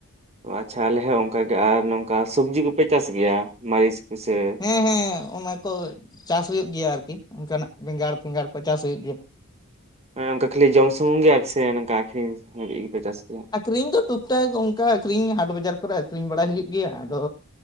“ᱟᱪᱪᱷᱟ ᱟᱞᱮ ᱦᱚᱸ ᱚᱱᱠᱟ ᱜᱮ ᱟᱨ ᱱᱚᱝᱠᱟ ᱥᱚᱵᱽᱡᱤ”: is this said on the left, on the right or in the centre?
Right